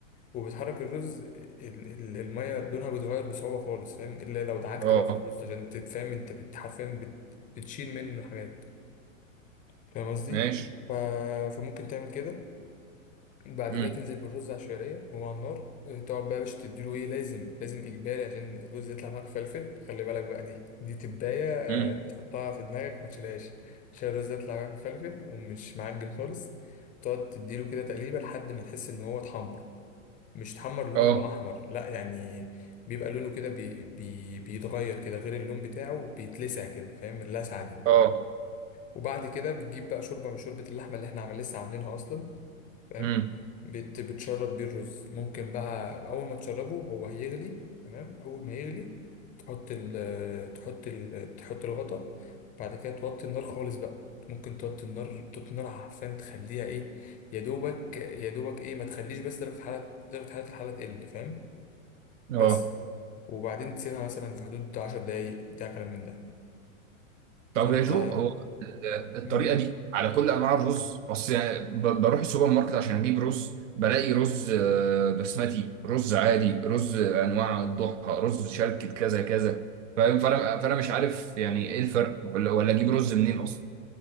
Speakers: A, on the left (about 20°); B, on the right (about 65°).
A: وبتحرك الرز ال- ال- الميه لونها بيتغير بصعوبه خالص فاهم الا لو دعكت
B: اه
A: بقى في الرز عشان تتفهم انت بت- حرفيا بت- بتشيل منه حاجات فاهم قصدي
B: ماشي
A: ف- فممكن تعمل كده بعد
B: مم.
A: كده تنزل بالرز على الشعريه وهو على النار آه، تقعد بقى يا باشا تديله ايه لازم لازم اجباري عشان الرز يطلع معاك فلفل خلي بالك بقى دي دي تبايه آه،
B: مم.
A: تحطها في دماغك وما تشيلهاش عشان الرز يطلع معاك مفلفل ومش معجن خالص تقعد تديله كده تقليبه لحد ما تحس ان هو اتحمر مش اتحمر لونه
B: اه
A: بقى احمر لا يعني بيبقى لونه كده بي بي بيتغير كده غير اللون بتاعه بيتلسع كده فاهم اللسعه دي
B: اه
A: وبعد كده بتجيب بقى شوربه من شوربه اللحمه اللي احنا عمل لسه عاملينها اصلا فاهم
B: امم
A: بت بتشرب بيه الرز ممكن بقى اول ما تشربه هو هيغلي تمام اول ما يغلي تحط ال تحط ال تحط الغطا بعد كده توطي النار خالص بقى ممكن توطي النار توطي النار عشان تخليها ايه يا دوبك يا دوبك ايه ما تخليش بس درجة حرارة درجة حرارة الحلة تقل فاهم
B: اه
A: بس وبعدين تسيبها مثلا في حدود 10 دقايق بتاع كلام من ده
B: طب
A: فانت
B: يا جو هو ال- الطريقه
A: مم.
B: دي على كل انواع الرز اصل يعني ب- بروح السوبر ماركت عشان اجيب رز بلاقي رز آه، بسمتي رز عادي رز انواع الضحى رز شركة كذا كذا فاهم فانا فانا مش عارف يعني ايه الفرق ولا ولا اجيب رز منين اصلا